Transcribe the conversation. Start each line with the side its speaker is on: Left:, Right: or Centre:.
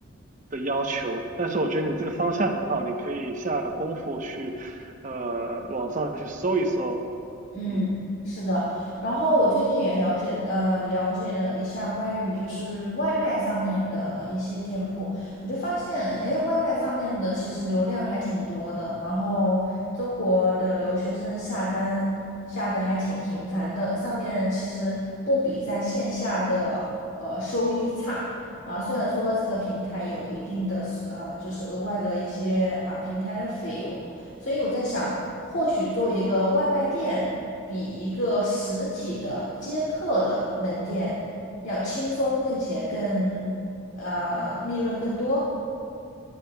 Right: 的要求。但是我觉得你这个方向很好，你可以下功夫去，呃，网上去搜一搜，
Left: 嗯，
Right: 嗯。
Left: 是的。然后我最近也了解，呃，了解了一下关于就是外卖上面的一些店铺，我就发现，哎，外卖上面的其实流量还挺多的。然后中国的留学生下单下的还挺频繁的，上面其实不比在线下的呃收益差。啊，虽然说这个平台有一定的呃，就是额外的一些啊、呃平台的费用，所以我在想，或许作为一个外卖店。比一个实体的接客的门店要轻松，并且更呃利润更多。